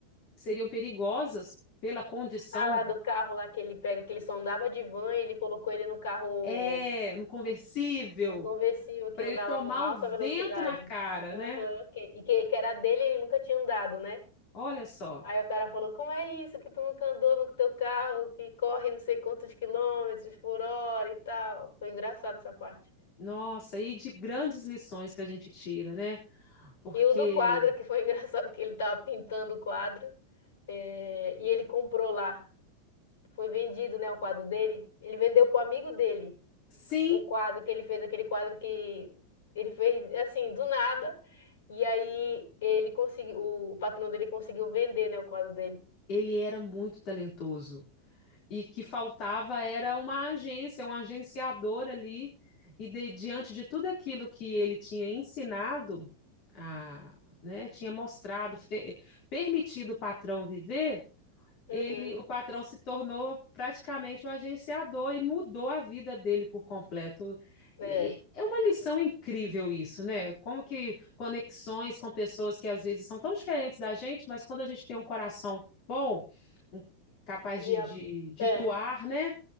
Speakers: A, on the left; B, on the left.
A: seriam perigosas pela condição
B: Ah, lá do carro lá que ele pega, que ele só andava de van, e ele colocou ele no carro,
A: é no conversível
B: no conversível que
A: para
B: andava
A: ele tomar
B: com alta
A: o vento
B: velocidade.
A: na cara,
B: Aham,
A: né?
B: que- e que, que era dele e ele nunca tinha andado, né?
A: Olha só.
B: Aí o cara falou, como é isso que tu nunca andou no teu carro, que corre não sei quantos quilômetros por hora e tal. Foi engraçado essa parte.
A: Nossa, e de grandes lições que a gente tira, né? Porque
B: E o do quadro, que foi <laughs> engraçado, que ele tava pintando o quadro, eh, e ele comprou lá. Foi vendido, né, o quadro dele. Ele vendeu pro amigo dele
A: sim,
B: o quadro que ele fez, aquele quadro que ele fez, assim, do nada. E aí ele conseguiu, o patrão dele conseguiu vender, né, o quadro dele.
A: ele era muito talentoso e que faltava era uma agência, um agenciador ali. E de, diante de tudo aquilo que ele tinha ensinado, a, né, tinha mostrado, fe, permitido o patrão viver, ele,
B: Uhum.
A: o patrão se tornou praticamente o um agenciador e mudou a vida dele por completo.
B: É.
A: E é uma lição incrível isso, né? Como que conexões com pessoas que às vezes são tão diferentes da gente, mas quando a gente tem um coração bom, um, capaz
B: E
A: de,
B: a,
A: de, de
B: é.
A: doar, né?